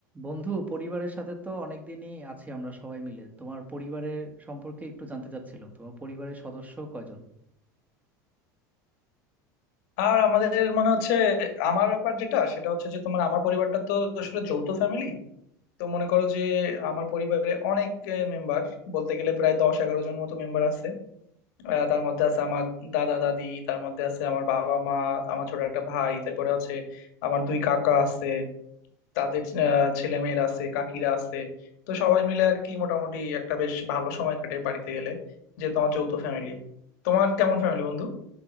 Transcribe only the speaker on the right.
বন্ধু পরিবারের সাথে তো অনেকদিনই আছি আমরা সবাই মিলে তোমার পরিবারের সম্পর্কে একটু জানতে চাচ্ছিলাম তোমার পরিবারের সদস্য কয়জন